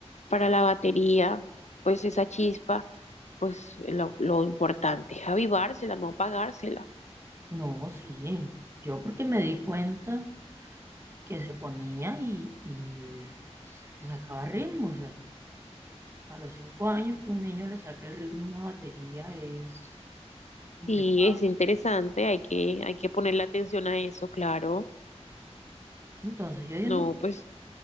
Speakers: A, on the left; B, on the right.
A: para la batería, pues esa chispa, pues lo, lo importante es avivársela, no apagársela.
B: No, sí, yo porque me di cuenta que se ponía y, y le sacaba ritmo, o sea, a los cinco años que un niño le saque el ritmo a una batería es complicado.
A: Sí, es interesante, hay que, hay que ponerle atención a eso, claro.
B: Entonces yo dije,
A: No,
B: no,
A: pues